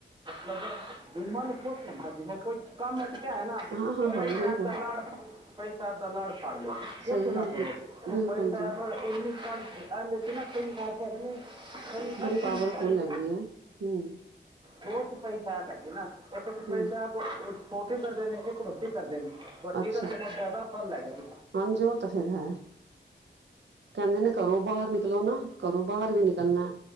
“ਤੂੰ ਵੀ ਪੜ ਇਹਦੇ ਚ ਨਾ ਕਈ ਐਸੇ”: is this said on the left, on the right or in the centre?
Right